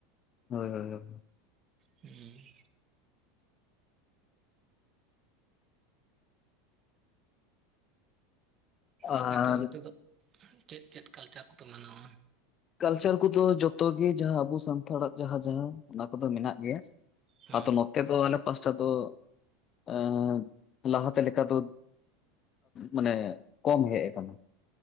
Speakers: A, on the left (about 35°); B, on the right (about 35°).
A: ᱦᱳᱭ ᱦᱳᱭ
B: ᱦᱮᱸ
A: ᱟᱨ
B: ᱟᱯᱮᱫᱚ ᱚᱱᱛᱮ ᱫᱚ ᱪᱮᱫ ᱪᱮᱫ ᱠᱟᱞᱪᱟᱨ ᱠᱚᱯᱮ ᱢᱟᱱᱟᱣᱟ?
A: ᱠᱟᱞᱪᱟᱨ ᱠᱚᱫᱚ ᱡᱚᱛᱚ ᱜᱮ ᱡᱟᱦᱟᱸ ᱟᱵᱚ ᱥᱟᱱᱛᱟᱲᱟᱜ ᱡᱟᱦᱟᱸ ᱡᱟᱦᱟᱸ ᱚᱱᱟ ᱠᱚᱫᱚ ᱢᱮᱱᱟᱜ ᱜᱮᱭᱟ᱾
B: ᱦᱮᱸ
A: ᱟᱫᱚ ᱱᱚᱛᱮ ᱫᱚ ᱟᱞᱮ ᱯᱟᱥᱴᱟ ᱫᱚ ᱟᱻ ᱞᱟᱦᱟᱛᱮ ᱞᱮᱠᱟ ᱫᱚ ᱢᱟᱱᱮ ᱠᱚᱢ ᱦᱮᱡ ᱠᱟᱱᱟ